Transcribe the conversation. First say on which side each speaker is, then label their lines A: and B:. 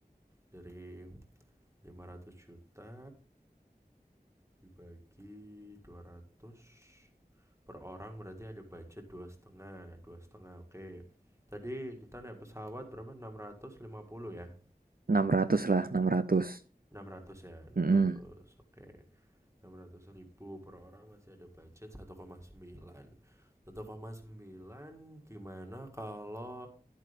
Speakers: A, on the right; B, on the right.
A: dari 500 juta dibagi 200 per orang berarti ada budget dua setengah, dua setengah. Oke. Tadi kita naik pesawat berapa? enam ratus lima puluh ya.
B: 600 lah, 600.
A: enam ratus ya, enam
B: Mhm.
A: ratus Oke. enam ratus ribu per orang masih ada budget satu satu koma sembilan satu koma sembilan gimana kalau